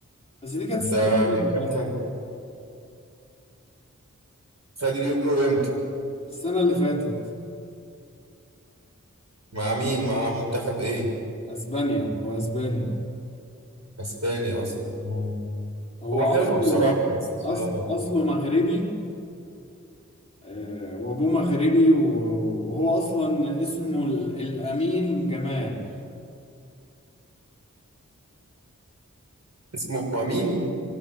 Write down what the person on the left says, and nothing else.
بس دي كانت
السنة اللي
فاتت يعني
السنة اللي فاتت
اسبانيا هو اسباني
هو
اصله
مغ-
اصل
اصله مغربي آه، وابوه مغربي و- وهو اصلا اسمه ال- الامين جمال